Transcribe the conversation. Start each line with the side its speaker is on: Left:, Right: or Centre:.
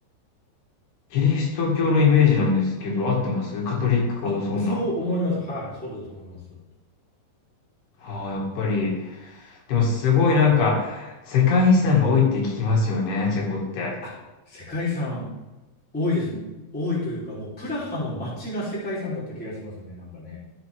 Left: キリスト教のイメージなんですけど、合ってます？カトリックが多そうな。
Centre: あ、そう思います。はい。そうだと思います。
Left: ああ、やっぱり。でもすごいなんか、世界遺産が多いって聞きますよね、チェコって。
Centre: あ、世界遺産多いです。多いというか、もうプラハの街が世界遺産だった気がしますね、なんかね。